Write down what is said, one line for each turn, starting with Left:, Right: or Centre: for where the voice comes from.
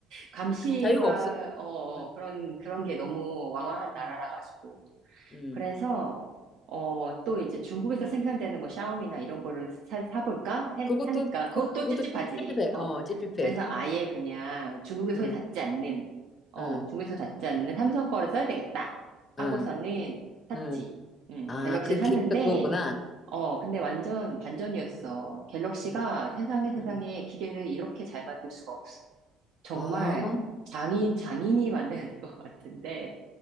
Right: 감시와
Left: 자유가 없어.
Right: 어 어,
Left: 응,
Right: 그런 그런 게 너무 왕왕한 나라라
Left: 응,
Right: 가지고
Left: 응.
Right: 그래서 어, 또 이제 중국에서 생산되는 뭐 샤오미나 이런 거를 사, 사볼까? 해-
Left: 그것도,
Right: 하니까 그것도
Left: 그- 그것도
Right: 찝찝하지.
Left: 찝찝해.
Right: 어.
Left: 어, 찝찝해.
Right: 그래서 아예 그냥 중국의
Left: 응,
Right: 손이 닿지 않는, 어,
Left: 응,
Right: 중국에서 닿지 않는 삼성 거를 써야 되겠다. 하고서는
Left: 응,
Right: 샀지.
Left: 응.
Right: 음,
Left: 아,
Right: 갤럭시
Left: 그
Right: 샀는데,
Left: 계기가 그거구나.
Right: 어, 근데 완전 반전이었어.
Left: 음,
Right: 갤럭시가
Left: 음,
Right: 세상에 세상에
Left: 음.
Right: 기계를 이렇게 잘 만들 수가 없어. 정말
Left: 아,
Right: 장인, 장인이 만드는 <laughs> 것 같은데.